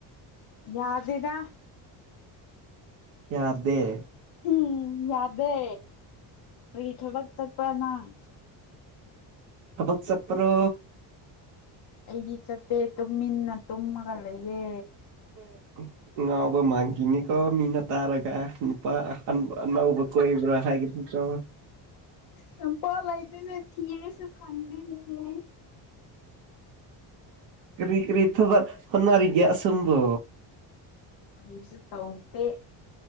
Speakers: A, on the left; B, on the right.
A: ꯌꯥꯗꯦꯗꯥ
B: ꯌꯥꯗꯦ
A: ꯎꯝ ꯌꯥꯗꯦ ꯀ꯭ꯔꯤ ꯊꯕꯛ ꯆꯠꯄ꯭ꯔꯥ ꯅꯪ
B: ꯊꯕꯛ ꯆꯠꯄ꯭ꯔꯣ?
A: ꯑꯩꯗꯤ ꯆꯠꯇꯦ ꯇꯨꯝꯃꯤꯟꯅ ꯇꯨꯝꯃꯒ ꯂꯩꯌꯦ꯫
B: <inaudible> ꯉꯥꯎꯕ ꯃꯥꯥꯡꯒꯤꯅꯤꯀꯣ ꯃꯤꯅ ꯇꯥꯔꯒ ꯑ ꯅꯨꯄꯥ ꯑꯅꯧꯕ ꯀꯣꯏꯕ꯭ꯔꯥ ꯍꯥꯏꯒꯤꯅꯤꯀꯣ
A: ꯆꯝꯄꯜ ꯂꯩꯇꯦꯅꯦ ꯊꯤꯔꯁꯨ ꯐꯡꯗꯦꯅꯦ꯫
B: ꯀꯔꯤ ꯀꯔꯤ ꯊꯕꯛ ꯍꯣꯠꯅꯔꯤꯒꯦ ꯑꯁꯣꯝꯕꯣ?
A: ꯀꯔꯤꯁꯨ ꯇꯧꯇꯦ꯫